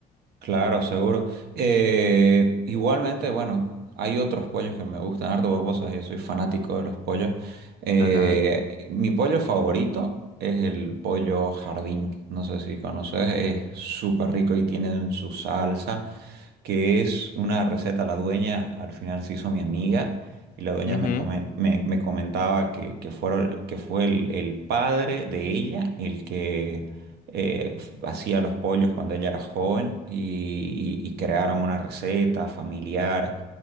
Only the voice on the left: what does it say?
Mm.
Ajá.
Ujú.